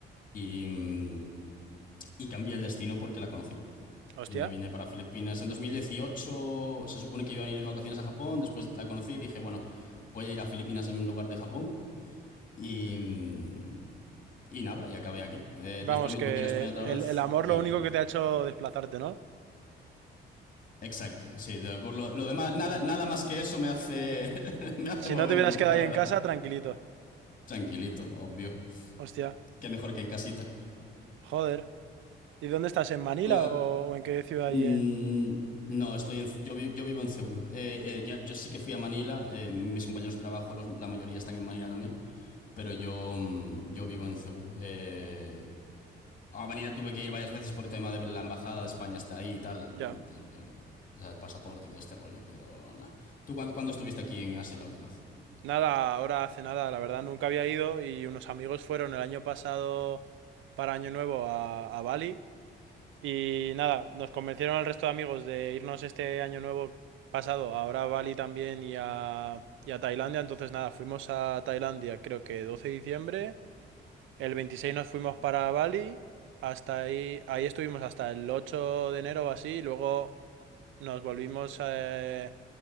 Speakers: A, on the left; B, on the right.
A: Y, mm, y cambié el destino porque la conocí.
B: Hostia.
A: Y me vine para Filipinas. En 2018. se supone que iba a venir de vacaciones a Japón. Después la conocí y dije, bueno, voy a ir a Filipinas en lugar de Japón. Y, mm, y nada, y acabé aquí. Eh,
B: Vamos,
A: después me
B: que
A: tuve que ir a España otra vez
B: el, el amor
A: y
B: lo único
A: volví.
B: que te ha hecho desplazarte, ¿no?
A: Exacto, sí, de- por lo, lo demás, nada, nada más que eso me hace, <laughs> me hace
B: Si
A: moverme,
B: no te hubieras quedado
A: la
B: ahí
A: verdad.
B: en casa, tranquilito.
A: Tranquilito, obvio.
B: Hostia,
A: Qué mejor que en casita.
B: joder. ¿Y dónde estás? ¿En Manila
A: Tú, ah,
B: o, o en qué ciudad
A: mm,
B: ahí en...?
A: no, estoy en, yo, vi- yo vivo en Cebú. Eh, eh, ya- yo sí que fui a Manila, eh, mis compañeros de trabajo, los- la mayoría están en Manila también, pero yo, mm, yo vivo en Cebú. Eh, a Manila tuve que ir varias veces por el tema de la embajada de España está ahí y tal,
B: Ya.
A: con el, el, ya sabes, el pasaporte y todo este rollo, pero nada. ¿Tú cuándo, cuándo estuviste aquí en Asia la última vez?
B: Nada, ahora hace nada, la verdad, nunca había ido y unos amigos fueron el año pasado para Año Nuevo a, a Bali y nada, nos convencieron al resto de amigos de irnos este Año Nuevo pasado, ahora a Bali también y a, y a Tailandia, entonces nada, fuimos a Tailandia creo que 12 de diciembre. El 26 nos fuimos
A: Ujú.
B: para Bali, hasta ahí, ahí estuvimos hasta el 8 de enero o así, y luego nos volvimos eh,